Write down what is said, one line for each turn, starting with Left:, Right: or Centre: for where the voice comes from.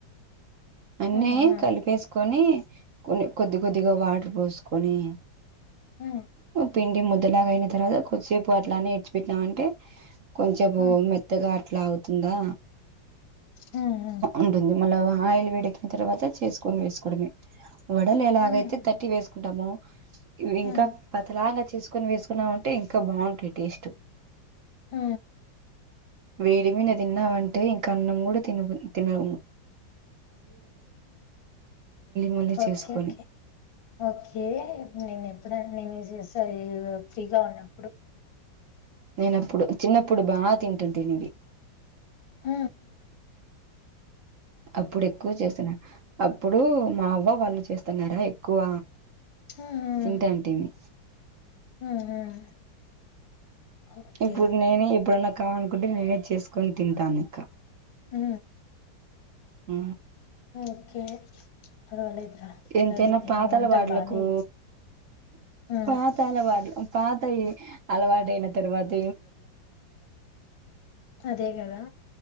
Right: అన్నీ
Left: హ్మ్ హ్మ్
Right: కలిపేసుకొని కొన్ని కొద్ది కొద్దిగా వాటర్ పోసుకొని
Left: హ
Right: పిండి ముద్దలాగా అయిన తర్వాత కొద్దిసేపు అట్లానే ఇడ్చి పెట్టాం అంటే కొంచెం భో
Left: హ్మ్
Right: మెత్తగా అట్లా అవుతుందా
Left: హ్మ్ హ్మ్
Right: ఉంటంది మల ఆయ క్కిన తర్వాత చేసుకొని వేసుకోడమ వడల్ ఎలా
Left: హ్మ్
Right: ఆగైతే తట్టీ వేసు ంటము ఇంకా
Left: హ్మ్
Right: పతలాగా వచ్చే సుకొని వేసుకున్నామంటే ఇంకా బాగుంటాయి టేస్ట్
Left: ఆ
Right: వేడిమన తిన్నా వంట ఇంక అన్నం కూడా కూడా తి తిిన మళ్ళీ చేసుకొని
Left: ఓకేకే ఓకే నేను ఎప్పుడను సరే ఫ్రీగా ఉన్నాం
Right: నేనప్పుడు చిన్నప్పుడు బా తింటా ంటవి
Left: ఆ
Right: అప్పుడు ఎక్కువ చేస్తున్నారు అప్పుడు మా అవ్వ వాళ్ళు చేస్తున్నారా ఎక్కువ
Left: హ్మ్ హ్మ్
Right: తింటాంటిేమి
Left: హ్మ్ హ్మ్ ఓకే
Right: ఇప్పుడు నేను ఇప్పుడున్న కావనుకుంటే నేనే చేసుకొని తింటాను ఇంక
Left: ఆ
Right: హ
Left: ఓకే పర్వాలేదురా
Right: ఎంతైనా
Left: ఇలాగైతే
Right: పాతాల
Left: నువ్వు వంటలు
Right: వాడలకు
Left: బానే చేస్ హ్మ్
Right: పాతాల వాడల పాత అలవాటు అయిైన తరువాత
Left: అదే కదా